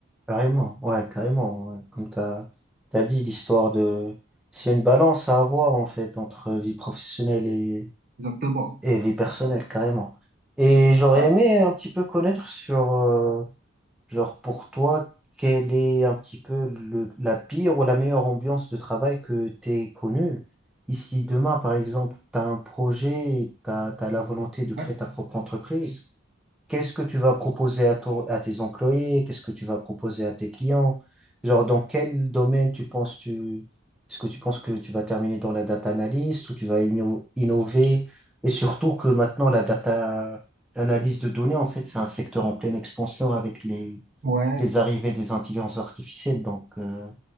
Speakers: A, in the centre; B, on the right.
A: Carrément, ouais, carrément. ouais. Comme tu as, dit, l'histoire de... C'est une balance à avoir, en fait, entre vie professionnelle et,
B: Exactement.
A: et vie personnelle, carrément. Et j'aurais
B: Ouais,
A: aimé un petit peu connaître sur, euh, genre, pour toi, quelle est un petit peu le, la pire ou la meilleure ambiance de travail que t'aies connue. Ici, demain, par exemple, tu as un projet et tu as, la volonté de créer
B: ouais,
A: ta propre entreprise. Qu'est-ce que tu vas proposer à, ton- à tes employés? Qu'est-ce que tu vas proposer à tes clients? Genre, dans quel domaine tu penses tu, est-ce que tu penses que tu vas terminer dans la data analyst ou tu vas inno- innover? Et surtout que maintenant, la data analyse de données, en fait, c'est un secteur en pleine expansion avec les,
B: ouais.
A: les arrivées des intelligences artificielles. Donc, euh,